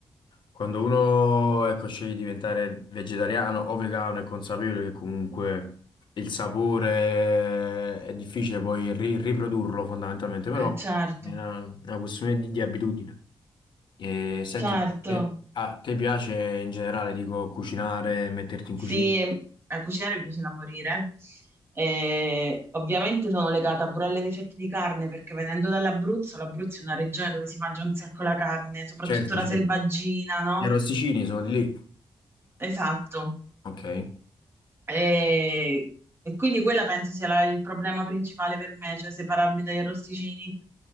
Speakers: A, on the left (about 70°); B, on the right (about 30°).
A: quando uno ecco, sceglie di diventare vegetariano o vegano è consapevole che comunque il sapore è difficile poi ri- riprodurlo fondamentalmente, però
B: certo,
A: è una, una questione di, di abitudine. E, senti,
B: certo.
A: eh, a te piace in generale, dico, cucinare, metterti in
B: Sì,
A: cucina?
B: eh, cucinare mi piace da morire. Eh, ovviamente sono legata pure alle ricette di carne perché venendo dall'Abruzzo, l'Abruzzo è una regione dove si mangia un sacco la carne, soprattutto
A: Certo,
B: la
A: certo.
B: selvaggina, no?
A: Gli arrosticini sono di lì.
B: Esatto.
A: Ok.
B: E, e quindi quella penso sia la- il problema principale per me, cioè separarmi dagli arrosticini.